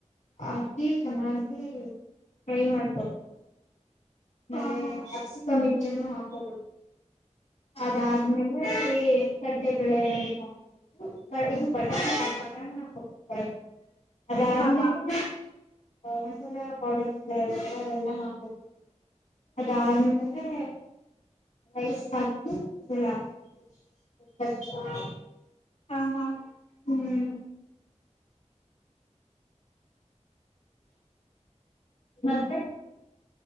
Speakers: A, on the left; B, on the left.
A: ಹಾಕಿ ಚೆನ್ನಾಗಿ ಫ್ರೈ ಮಾಡಕೊಬೇಕು. ಆಮೇಲೆ
B: ಹಾ ಹಾ
A: ಕ್ಯಾಪ್ಸಿಕಂ ಇದರನೂ ಹಾಕೋಬೋದು
B: ಹಾ
A: ಅದಾದ್ಮೇಲೆ. ಇ ಕಡ್ಲೆ ಬೆಳೆ <unintelligible> ಇದು ಬಟಾಣ ಬಟಾಣ ಹಾಕಬೇಕ ಅದಾದ್ಮೇಲೆ.
B: ಹಾ ಹಾ
A: ಮಸಾಲಾ ಪೌಡರ್ಸ್ ಎಲ್ಲ ಇರ್ತಾರ ಅದೆಲ್ಲ ಹಾಕೋಬೇಕು. ಅದಾದ್ಮೇಲೆ ರೈಸ್ ಹಾಕಿ <unintelligible> <unintelligible>
B: ಹಾ ಹಾ.
A: ಹ್ಮ್. ಮತ್ತೆ.